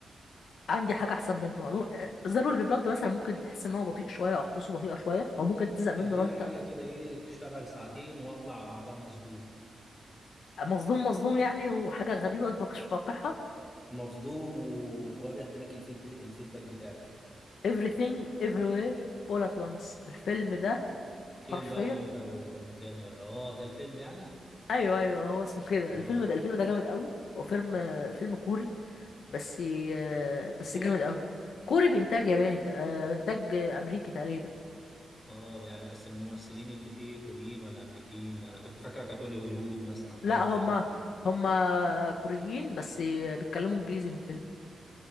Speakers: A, on the left; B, on the left.
A: عندي حاجة أحسن منه There Will Be Blood مثلا ممكن تحس إن هو بطيء شوية أو أحداثه بطيئة شوية أو ممكن تزهق منه
B: اديني
A: لو أنت
B: حاجة كده ايه تشتغل ساعتين واطلع بعدها مصدوم
A: مصدوم مصدوم يعني وحاجة غريبة أنت ما كنتش متوقعها
B: مصدوم و... واجد لك الفيدب... الفيدباك بتاعي كمان
A: everything everywhere all at once الفيلم ده
B: فين
A: حرفيا
B: بقى وامتى والمكان ولا اه ده الفيلم يعني
A: ايوه ايوه هو اسمه كده
B: اه
A: الفيلم ده الفيلم ده جامد قوي هو فيلم فيلم كوري بس آه، بس
B: كوري
A: جامد قوي كوري بإنتاج ياباني تق- آه، إنتاج أمريكي تقريبا
B: اه يعني بس الممثلين اللي فيه كوريين ولا امريكيين انا كنت فاكره كاتولي هوليوود مثلا حاجه
A: لا
B: في
A: هما
B: هوليوود
A: هما كوريين بس بيتكلموا إنجليزي في الفيلم